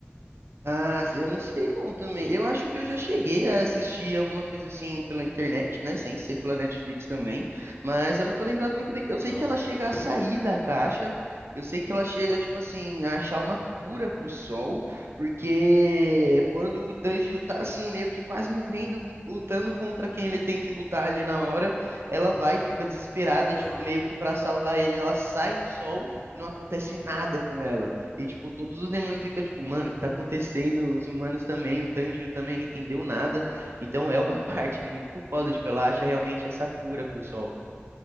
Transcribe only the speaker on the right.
Ah, eu não sei não também.
Eu acho que eu já
cheguei a assistir alguma coisa assim pela internet, né? Sem ser pela Netflix também. Mas eu não tô lembrado muito bem. Eu sei
que ela chega a sair da caixa. Eu sei que ela chega, tipo assim, a achar uma cura pro sol. Porque quando o Tanjiro tá assim, meio que quase morrendo, lutando contra quem ele tem que lutar ali na hora, ela vai, fica desesperada
e, tipo, meio que pra salvar ele, ela sai no sol e não acontece nada com ela. E, tipo, todos os demônios ficam, tipo, mano, o que
tá acontecendo? Os humanos também, o Tanjiro também não entendeu nada. Então é uma <laughs> parte muito foda, tipo, ela acha realmente essa cura pro sol.